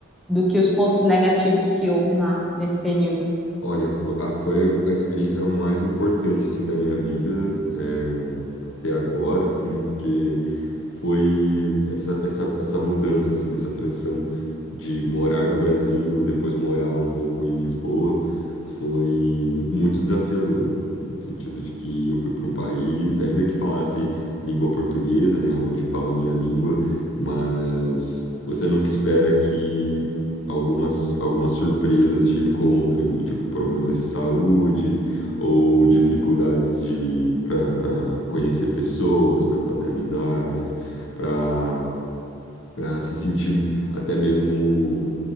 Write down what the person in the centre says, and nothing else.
do que os pontos negativos que houve na, nesse período?